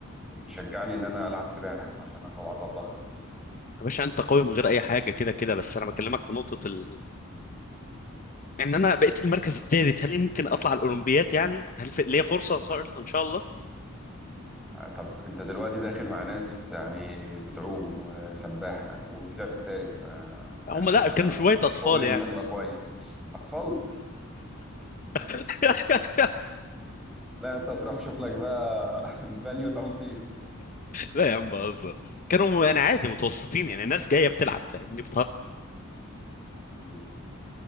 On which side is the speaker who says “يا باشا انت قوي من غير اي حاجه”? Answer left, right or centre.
Left